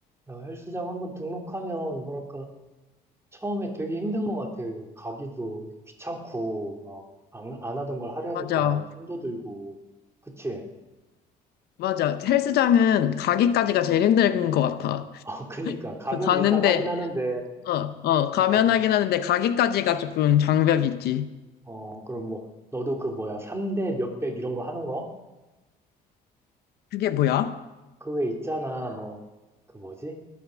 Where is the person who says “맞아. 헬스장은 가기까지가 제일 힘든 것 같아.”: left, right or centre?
Left